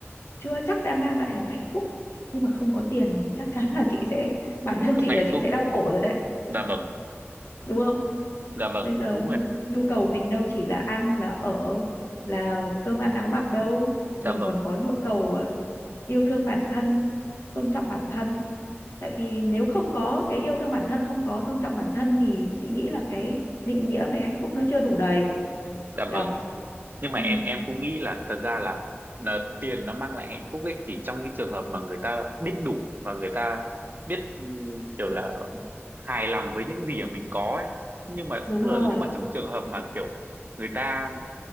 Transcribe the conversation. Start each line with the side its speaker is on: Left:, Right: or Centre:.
Left: chưa chắc đã mang lại được hạnh phúc nhưng mà không có tiền thì chắc chắn là chị sẽ bản thân
Right: không
Left: chị
Right: hạnh
Left: là chị
Right: phúc
Left: sẽ đau khổ rồi đấy
Right: dạ vâng
Left: đúng không
Right: dạ vâng
Left: bây giờ
Right: đúng
Left: nhu,
Right: rồi
Left: nhu cầu mình đâu chỉ là ăn là ở là cơm ăn áo mặc đâu
Right: dạ
Left: mình
Right: vâng
Left: còn có nhu cầu ờ, yêu thương bản thân tôn trọng bản thân tại vì nếu không có cái yêu thương bản thân không có tôn trọng bản thân thì chị nghĩ là cái định nghĩa về hạnh phúc nó chưa đủ đầy
Right: dạ
Left: nhở
Right: vâng nhưng mà
Left: ừ,
Right: em em cũng nghĩ là thật ra là, là tiền nó mang lại hạnh phúc ấy chỉ trong cái trường hợp mà người ta biết đủ và người ta biết ừm, kiểu là hài lòng với những gì mà mình có ấy nhưng mà
Left: đúng
Right: tức
Left: rồi
Right: là nếu mà trong trường hợp mà kiểu người ta